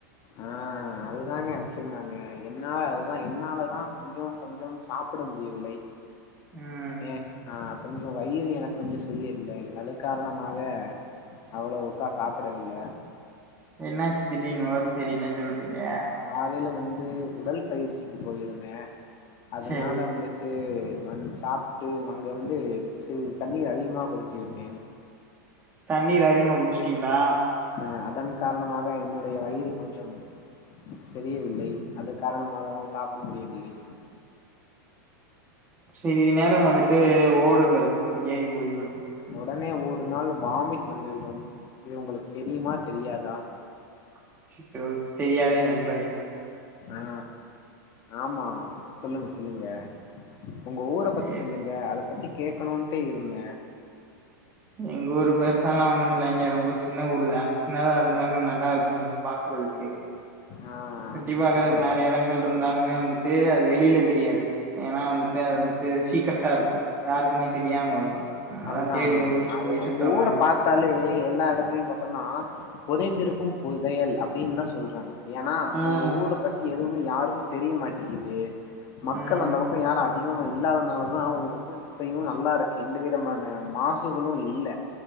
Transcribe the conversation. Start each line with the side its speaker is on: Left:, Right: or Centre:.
Left: ஆ அதுதாங்க வச்சிந்தாங்க என்னால அதுதா என்னாலதா கொஞ்சம் கொஞ்சம் சாப்பிட முடியவில்லை
Right: ம்
Left: ஏ ஆ கொஞ்சோ வயிறு எனக் கொஞ்ச சரியில்லை அது காரணமாக அவ்வளவுக்கா சாப்பிடவில்ல
Right: என்னாச் திடீர்ன்னு வவுரு சரில்லனு சொல்ட் <unintelligible>
Left: காலையில வந்து உடல் பயிற்சிக்கு போயிருந்தே அதனால
Right: சரி
Left: வந்துட்டு வந் சாப்பிட்டு அங்க வந்து சி தண்ணீர் அதிகமா குடித்துவிட்டேன்
Right: தண்ணீர் அதிகமா குடிஷ்டீங்களா
Left: அ அதன் காரணமாக என்னுடைய வயிறு கொஞ்சம் சரியவில்லை அது காரணமாகதா சாப்பிட முடியவில்லை
Right: சரி நேரம் வந்துட்டு ஓடுங்கள் சரியாகி போய்விடும்
Left: ஒடனே ஒடுனால் வாமிட் வந்துவிடும் இது உங்களுக்கு தெரியுமா தெரியாதா?
Right: <unintelligible> தெரியாதே நண்பரே
Left: ஆ ஆமா சொல்லுங்க சொல்லுங்க உங்க ஊர பத்தி
Right: எ
Left: சொல்லுங்க அத பத்தி கேக்கனூன்ட்டே இருந்தே
Right: எங்க ஊரு பெருசாலா ஒன்னுமில்லைங்க ரொம்ப சின்ன ஊரு தா சின்னதா இருந்தாலு நல்லாருக்குமுங்க பாக்குறதுக்கு
Left: ஆ
Right: சுத்தி பாக்குறக்கு
Left: அந்த
Right: நறைய எடங்கள்ருந்தாலுமே வந்து ட்டு அது வெளில தெரியாது ஏனா வந்துட்டு அது வந்துட்டு சீக்ரட்டா இருக்கு யாருக்குமே தெரியாம இருக்கு நம்மதா
Left: அதுதா
Right: தேடி கண்டுபிடிச்சு
Left: நா
Right: போய்
Left: எ
Right: சுத்துற
Left: உங்க ஊர
Right: மாரி இருக்கு
Left: பாத்தாலே எல்லா எடத்துலயும் பாத்தோன்னா புதைந்திருக்கும் புதையல் அப் டின் தா சொல்றாங்க ஏனா
Right: ம்
Left: அங்க ஊர பத்தி எதுவ்மே யாருக்கு தெரிய மாட்டிக்குது மக்கள்
Right: ம்
Left: அந்த பக்கொ யாரு அ திகமா இல்லாதனால தா உங்க ஊர் இப்பயு நல்லாருக்கு எந் த விதமான மாசுகளு இல்ல